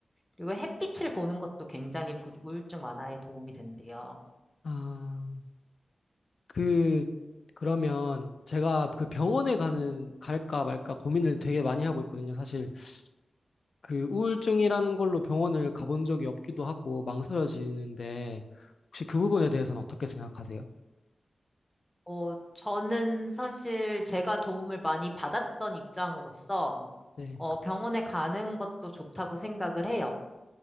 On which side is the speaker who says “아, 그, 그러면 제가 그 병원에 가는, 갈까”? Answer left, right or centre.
Left